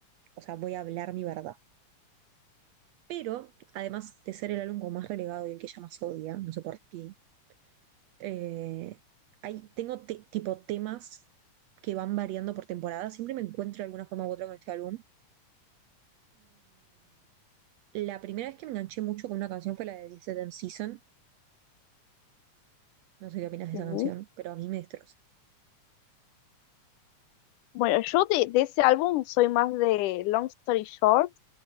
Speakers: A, on the right; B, on the left.
A: o sea, voy a hablar mi verdad. Pero, además de ser el álbum como más relegado y el que ella más odia, no sé por qué, eh, hay, tengo te- tipo temas que van variando por temporada. Siempre me encuentro de alguna forma u otra con este álbum. La primera vez que me enganché mucho con una canción fue la de This Damn Season. No sé qué opinas de
B: Sí.
A: esa canción, pero a mí me destroza.
B: Bueno, yo de, de ese álbum soy más de Long Story Short,